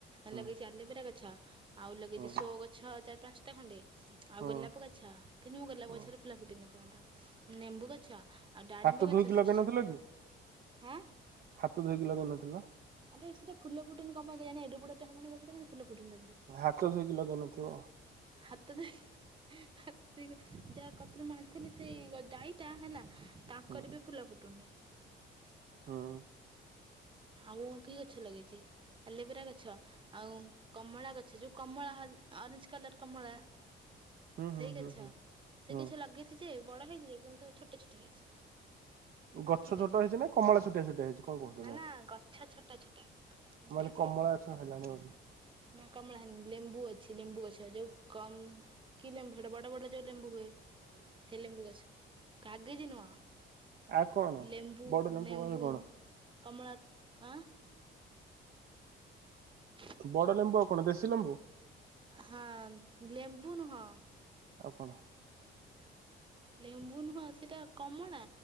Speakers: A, on the right; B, on the right.
A: ହୁଁ
B: ଲଗେଇଛି ଆଲେବେରା ଗଛ ଆଉ ଲଗେଇଚି
A: ହୁଁ
B: ସୋ ଗଛ ଚାରି ପାନ୍ ସଟା ଖଣ୍ଡେ ଆଉ
A: ହୁଁ
B: ଗୋଲାପ ଗଛ କିନ୍ତୁ ମୋ ଗୋଲାପ
A: ହୁଁ।
B: ଗଛରେ ଫୁଲ ଫୁଟିନି ଏପନ୍ତ ନେମ୍ବୁ ଗଛ ଆଉ ଡାଳିମ୍ବ
A: ହାତ ଧୋଇକି
B: ଗଛ
A: ଲଗେଇ
B: ଛ ଛ
A: ନଥିଲ କି
B: ହଁ।
A: ହାତ ଧୋଇକି ଲଗେଇନଥିଲ?
B: ଆରେ ସେଟା ଫୁଲ ଫୁଟୁନି କଣ ପାଇଁ କେଜାଣେ, ଏଡ ବଡଟା ହେଲାଣି ଗଛଟା କିନ୍ତୁ ଫୁଲ ଫୁଟୁନି ତାଧିଅରେ
A: ହାତ ଧୋଇକି ଲଗେଇନଥିବ।
B: ହାତ ଧୋଇ ହାତ ଧୋଇକି ଯା କତିରୁ ମୁଁ ଆଣିଥିଲି ସେଇ ଗ-ଡାଇ ଟା ହେଲା ତାଙ୍କରି
A: ହୁଁ
B: ବି ଫୁଲ ଫୁଟୁନି।
A: ହଁ।
B: ଆଉ ମୁଁ କି ଗଛ ଲଗେଇଚି, ଆଲେବେରା ଗଛ ଆଉ କମଳା ଗଛ ଯୋଉ କମଳା ହଲ୍ ଅରେଞ୍ଜ କଲର୍ କମଳା
A: ହୁଁ ହୁଁ
B: ସେଇ ଗଛ
A: ହୁଁ
B: ସେଇ
A: ହୁଁ।
B: ଗଛ ଲଗେଇଛି ଯେ, ବଡ ହେଇଛି ଯେ, କିନ୍ତୁ ଛୋଟ ଛୋଟ ହେଇଛି। ଆଉ
A: ଗଛ
B: କି
A: ଛୋଟ ହେଇଛି ନା କମଳା ଛୋଟିଆ ଛୋଟିଆ ହେଇଛି? କଣ କହୁଛ
B: ନା
A: ତମେ?
B: ନା ଗଛ ଛୋଟ ଛୋଟ
A: ମୁଁ
B: ଉଠିଚି
A: କହିଲି କମଳା
B: ଆଉ।
A: ଗଛ ହେଲାଣି ବୋଲି
B: ନା କମଳା ହେଇନି, ଲେମ୍ବୁ ଅଛି, ଲେମ୍ବୁ ଗଛ ଯୋଉ କମ୍ କି ଲେମ୍ବୁ ସେଟା ବଡ ବଡ ଯୋଉ ଲେମ୍ବୁ ହୁଏ? ସେ ଲେମ୍ବୁ ଗଛ, କାଗେଜି ନୁହଁ।
A: ଆଉ କଣ?
B: ଲେମ୍ବୁ
A: ବଡ ଲେମ୍ବୁ
B: ନେମ୍ବୁ
A: ଆଉ କଣ
B: କମଳା ଆ, <unintelligible>
A: ବଡ ଲେମ୍ବୁ ଆଉ କଣ ଦେଶୀ ଲେମ୍ବୁ?
B: ହଁ ଲେମ୍ବୁ ନୁହଁ।
A: ଆଉ କଣ?
B: ଲେମ୍ବୁ ନୁହଁ ସେଇଟା କମଳା,